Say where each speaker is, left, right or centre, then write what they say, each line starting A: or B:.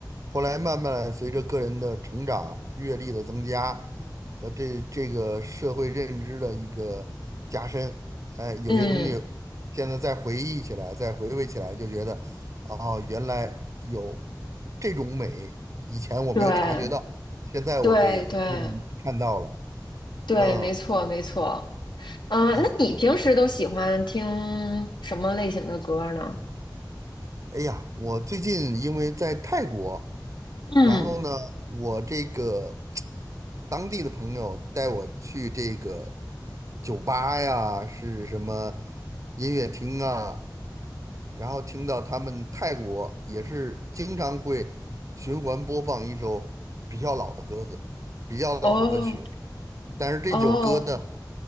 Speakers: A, on the right (about 45°); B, on the left (about 85°).
A: 后来慢慢随着个人的成长、阅历的增加和这这个社会认知的一个加深，哎，有些东西
B: 嗯，
A: 现在再回忆起来、再回味起来，就觉得，哦，原来有这种美，以前我没有察觉到，
B: 对
A: 现在我可以忽然看到了，
B: 对对对，
A: 嗯。
B: 没错没错，嗯、
A: 啊，
B: 那你平时都喜欢听什么类型的歌呢？
A: 哎呀，我最近因为在泰国，
B: 嗯，
A: 然后呢，我这个当地的朋友带我去这个酒吧呀，是什么音乐厅啊，然后听到他们泰国也是经常会循环播放一首比较老的歌子，比较老的歌曲。
B: 哦
A: 但是这首歌呢，
B: 哦